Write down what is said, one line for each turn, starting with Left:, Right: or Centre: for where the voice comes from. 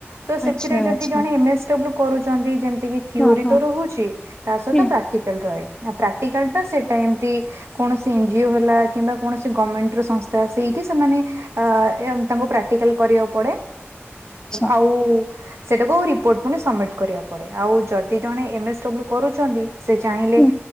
Right: ତ ସେଥିରେ
Left: ଆଚ୍ଛା
Right: ଯଦି
Left: ଆଚ୍ଛା
Right: ଜଣେ ଏମ ଏସ୍ ଡବ୍ଲୁ କରୁଛନ୍ତି ଯେମିତି କିି ଥିଓର
Left: ହଁ ହଁ।
Right: ତ ରହୁଛି ତା ସହିତ
Left: ହୁଁ
Right: ପ୍ରାକ୍ଟିକାଲ ରହେ। ନା ପ୍ରାକ୍ଟିକାଲ ଟା ସେଇଟା ଏମତି କୌଣସି ଏନଜିଓ ହେଲା କିମ୍ବା କୌଣସି ଗମଣ୍ଟ ସଂସ୍ଥା ସେଇଠି ସେମାନେ ଅ ତାଙ୍କୁ ପ୍ରାକ୍ଟିକାଲ କରିବାକୁ ପଡେ
Left: ଆଚ୍ଛା
Right: ଆଉ ସେଇଟାକୁ ରିପୋର୍ଟ ପୁଣି ସବମିଟ୍ କରିବାକୁ ପଡ଼େ ଆଉ ଯଦି ଜଣେ ଏମଏସ୍ ଡବ୍ଲ୍ୟୁ କରୁଛନ୍ତି। ସେ ଚାହିଁଲେ
Left: ହୁଁ